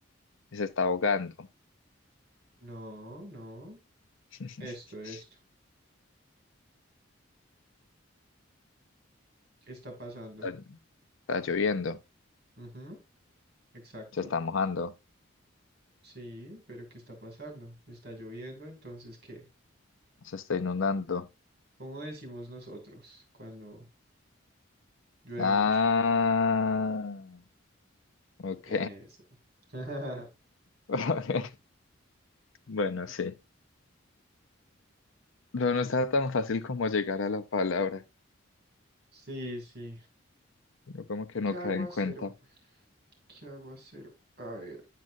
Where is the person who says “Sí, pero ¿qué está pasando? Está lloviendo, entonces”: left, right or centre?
Right